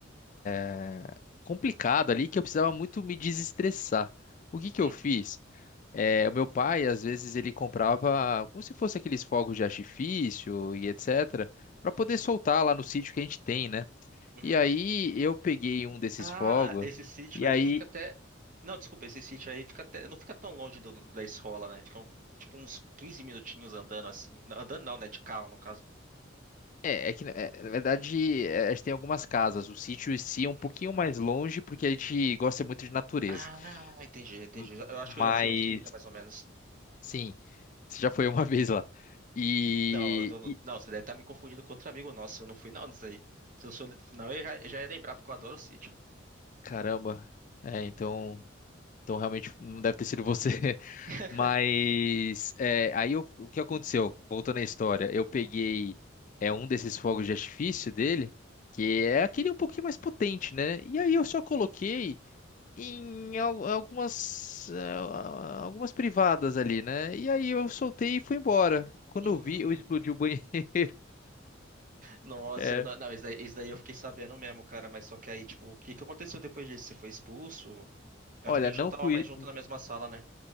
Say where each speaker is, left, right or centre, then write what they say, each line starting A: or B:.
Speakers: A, on the left (about 40°); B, on the right (about 40°).
A: é, complicado ali que eu precisava muito me desestressar. O que
B: uhum,
A: que eu fiz? É, o meu pai, às vezes, ele comprava como se fosse aqueles fogos de artifício e etc., para poder soltar lá no sítio que a gente tem, né?
B: uhum.
A: E aí eu peguei um desses
B: Ah,
A: fogos.
B: esse sítio
A: E
B: aí
A: aí
B: fica até. Não, desculpa, esse sítio aí fica até. Não fica tão longe do- da escola, né? Ficam tipo uns 15 minutinhos andando assim. Andando não, né? De carro, no caso.
A: É, é que na é, na verdade é, a gente tem algumas casas. O sítio em si
B: Uhum.
A: é um pouquinho mais longe porque a gente gosta muito de natureza.
B: Ah, entendi, entendi.
A: M-
B: Eu acho
A: Mas
B: que eu já sei onde fica, mais ou menos.
A: sim, você já foi uma <laughs> vez lá. E,
B: Não, eu tô-
A: e-
B: não, você deve estar me confundindo com outro amigo nosso. Eu não fui não disso aí. Se eu sou, senão eu já, já ia lembrar, porque eu adoro o sítio.
A: caramba, é, então, então realmente não deve ter sido você. <laughs>
B: <laughs>
A: Mas é, aí eu- o que aconteceu? Voltando à história, eu peguei é um desses fogos de artifício dele. Que é aquele um pouquinho mais potente, né? E aí eu só coloquei em al- algumas, ah, algumas privadas ali, né? E aí eu soltei e fui embora. Quando
B: Hum,
A: eu vi, eu explodi o banheiro. <laughs>
B: nossa,
A: É.
B: não, não, isso daí, isso daí eu fiquei sabendo mesmo, cara. Mas só que aí, tipo, o que que aconteceu depois disso? Você foi expulso? Eu
A: Olha,
B: acho que a
A: não
B: gente não tava
A: fui.
B: mais junto na mesma sala, né?